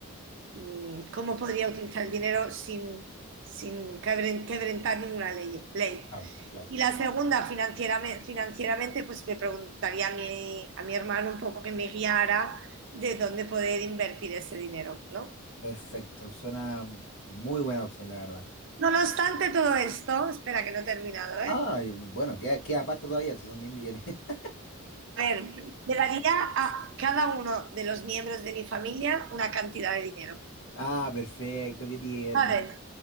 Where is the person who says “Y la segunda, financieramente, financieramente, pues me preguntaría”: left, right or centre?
Right